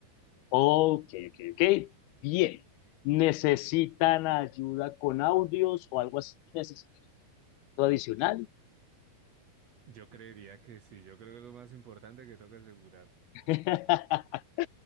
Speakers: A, on the left; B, on the right.
A: Ok, ok, ok. Bien. ¿Necesitan ayuda con audios o algo así? ¿Necesitan algo adicional?
B: yo creería que sí, yo creo que es lo más importante que toca asegurar.
A: <laughs>